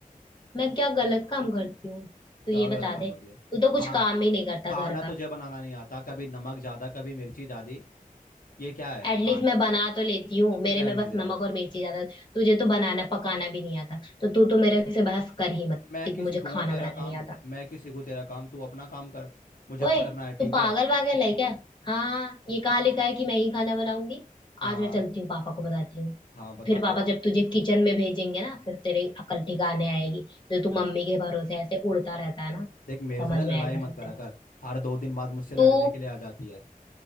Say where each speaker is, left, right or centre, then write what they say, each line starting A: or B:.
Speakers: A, on the left; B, on the left.
A: मैं क्या गलत काम करती हूँ तू
B: क्या
A: ये
B: गलत
A: बता
B: काम
A: दे
B: करती है
A: तू तो कुछ
B: हाँ
A: काम ही नहीं करता
B: खाना
A: घर
B: तुझे
A: का
B: बनाना नहीं आता कभी नमक ज्यादा कभी मिर्ची ज्यादा ये क्या है
A: एटलीस्ट
B: खा
A: मैं बना तो लेती हूँ मेरे
B: रहने
A: में बस
B: दे
A: नमक और मिर्ची ज्यादा तुझे तो बनाना पकाना भी नहीं आता तो तू तो मेरे से बहस कर ही मत
B: मैं
A: कि
B: क्यों
A: मुझे
B: सीखूंगा
A: खाना
B: तेरा
A: बनाना
B: काम
A: नहीं आता
B: मैं क्यों सीखूं तेरा काम तू अपना काम कर मुझे
A: ओए
B: पढ़ना है
A: तू
B: ठीक
A: पागल
B: है
A: वागल है क्या हाँ ये कहाँ लिखा है कि मैं ही खाना बनाऊंगी
B: हाँ
A: आज मैं चलती हूँ पापा को बताती हूँ
B: हाँ बता
A: फिर
B: दे
A: पापा जब तुझे किचन में भेजेंगे ना फिर तेरी अकल ठिकाने आएगी जो तू
B: हम्म,
A: मम्मी के भरोसे ऐसे उड़ता रहता है ना समझ
B: देख मेरे से ना लड़ाई
A: में आएगा
B: मत
A: सब
B: करा
A: तेरा
B: कर हर दो दिन बाद मुझसे लड़ने
A: तू
B: के लिए आ जाती है